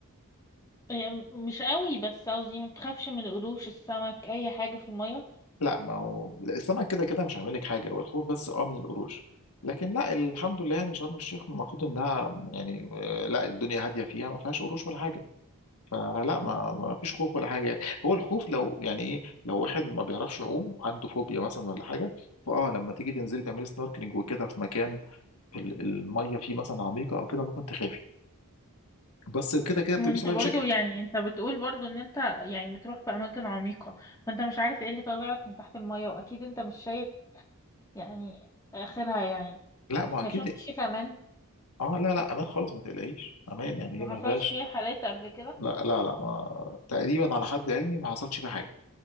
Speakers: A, on the left; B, on the left.
A: هي م- مش قوي بس قصدي ما بتخافش من القروش السمك اي حاجة في المية
B: لا ما هو السمك كده كده مش هعمل لك حاجه والخوف بس اه من القروش لكن لا الحمد لله يعني شرم الشيخ المفروض انها يعني آه، لا الدنيا هاديه فيها ما فيهاش قروش ولا حاجه فلا ما
A: مم.
B: ما فيش خوف ولا حاجه يعني هو الخوف لو يعني ايه لو واحد ما بيعرفش يعوم عنده فوبيا مثلا ولا حاجه فاه لما تيجي تنزلي تعملي سنوركلينج وكده في مكان في ال- الميه فيه مثلا عميقه او كده ممكن تخافي بس كده كده بتلبسي
A: ما انت
B: لايف
A: برضو
B: جاكيت
A: يعني انت بتقول برضو ان انت يعني بتروح في اماكن عميقة فانت مش عارف ايه اللي طالع لك من تحت المية واكيد انت مش شايف يعني آخرها يعني
B: لا ما
A: هي
B: اكيد
A: شرم الشيخ كمان
B: اه لا لا امان خالص ما تقلقيش امان يعني
A: ما
B: هي ما
A: حصلش
B: فيهاش
A: فيها حالات قبل كده
B: لا لا لا ما تقريبا على حد علمي ما حصلش فيه حاجه